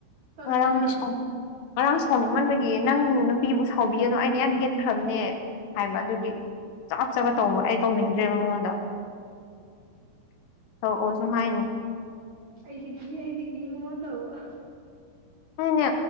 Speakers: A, on the right; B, on the left.
A: ꯇꯜꯂꯦ
B: ꯉꯔꯥꯡꯗꯤ
A: ꯌꯥꯝ
B: ꯁꯥꯎ ꯉꯔꯥꯡ ꯁꯥꯎꯅꯤꯡꯃꯟꯕꯒꯤ ꯅꯪ ꯅꯨꯄꯤꯕꯨ ꯁꯥꯎꯕꯤꯒꯅꯨ ꯑꯩꯅ ꯌꯥꯝ ꯌꯦꯠꯈ꯭ꯔꯕꯅꯦ ꯍꯥꯏꯕ ꯑꯗꯨꯒꯤ ꯆꯒꯠ ꯆꯒꯠ ꯇꯧꯕ ꯑꯩ ꯇꯧꯅꯤꯡꯗ꯭ꯔꯦꯕ ꯃꯉꯣꯟꯗ ꯑꯣꯁꯨ ꯍꯥꯏꯅꯤ
A: ꯑꯩꯗꯤ ꯀꯤ ꯑꯩꯗꯤ ꯀꯤ ꯃꯉꯣꯟ ꯇꯧꯕ
B: ꯅꯪꯅꯦ